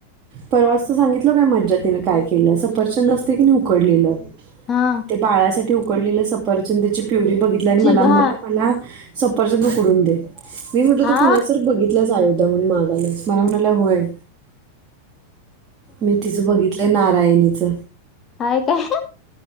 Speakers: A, on the right (about 30°); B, on the left (about 25°).
A: परवाच तर सांगितल काय मज्जा तिने काय केलं सफरचंद असते की नाही उकडलेलं
B: हा
A: ते बाळासाठी उकडलेलं सफरचंद प्युरी बघितली आणि
B: जीभ
A: मला म्हणाला
B: हा
A: मला सफरचंद उकडून दे. मी म्हणतो तो
B: आ
A: कुणा सर बघितला जाय एक म्हणून मागालास मला म्हणाला होय. मी तिचं बघितलं नारायणी च
B: हाय काय